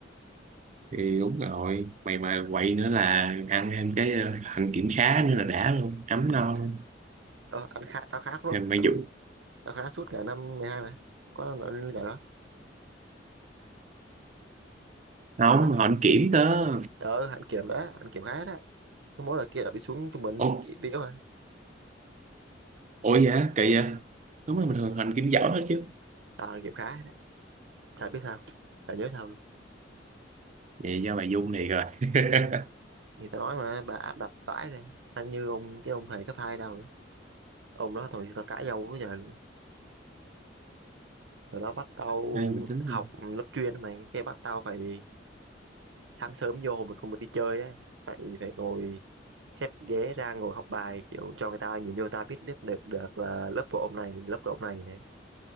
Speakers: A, on the right (about 40°); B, on the right (about 80°).
A: thì đúng rồi mày mà quậy nữa là ăn thêm cái ờ, hạnh kiểm khá nữa là đã luôn ấm
B: mệt
A: no luôn
B: ờ, anh khá tao khá rốt
A: thì mày
B: tao
A: vụ
B: tao khá suốt cả năm 12 mà có năm nào lên giải đó
A: không
B: có đợt
A: họ hạnh kiểm cơ
B: ở hạnh kiểm đó hạnh kiểm khá đó cái mối đợt kia là bị xuống trung bình
A: ủa
B: bị bị yếu mà
A: ủa dạ kỳ vậy đúng là bình thường hành kiểm giỏi hết chứ
B: tao hạnh kiểm khá đó chả biết sao chả nhớ sao luôn
A: vậy do mày Dung thiệt rồi <laughs>
B: thì tao nói mà bà áp đặt vãi rồi anh như ông cái ông thầy cấp hai đâu nữa ông đó thôi tao cãi nhau quá trời luôn rồi đó bắt tao
A: đây mình tính
B: học
A: rồi
B: lớp chuyên mà cái bắt tao phải sáng sớm vô hồi mình không được đi chơi á phải phải ngồi xếp ghế ra ngồi học bài kiểu cho người ta nhìn vô người ta biết lớp được được là lớp của ông này lớp của ông này này